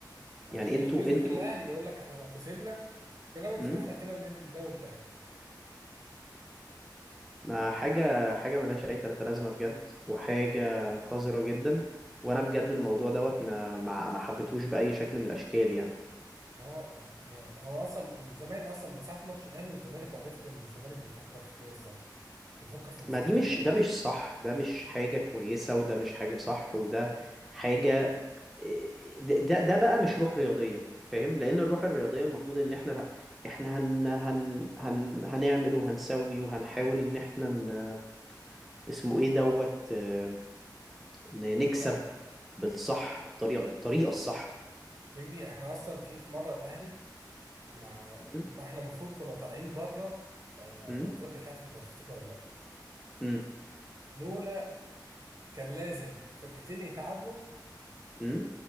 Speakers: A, on the right; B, in the centre.
A: ما
B: يعني
A: عشان
B: انتوا
A: يغيظوا
B: انتوا
A: في الاهلي يقول لك احنا لو كسبنا بيراميدز
B: امم
A: يبقى احنا كده بندي الدوري الاهلي
B: ما حاجه حاجه ملهاش اي تلاته لازمه بجد وحاجه قذره جدا وانا بجد الموضوع دوت ما ما ما حبيتهوش باي شكل من الاشكال يعني
A: هو هي- هو اصلا من زمان اصلا من ساعة ماتش الاهلي والزمالك وعرفت ان الزمالك بيفكر في كده الصراحة بيفكر في مصلحته
B: ما دي مش
A: وخلاص
B: ده مش صح ده مش حاجه كويسه وده مش حاجه صح وده حاجه ده ده ده بقى مش روح رياضيه فاهم لان الروح الرياضيه المفروض ان احنا لا احنا هن هن هن هنعمل وهنسوي وهنحاول ان احنا ن... اسمه ايه دوت آه، ن-
A: يبقى
B: نكسب بالصح بالطريقة بالطريقة الصح
A: حبيبي احنا اصلا في في مرة الاهلي مع
B: م-
A: ما احنا المفروض كنا طالعين بره آه،
B: م-
A: افريقيا مش عارف انت هتفتكر ولا لا
B: م-
A: لولا كان لازم فرقتين يتعادلوا
B: م-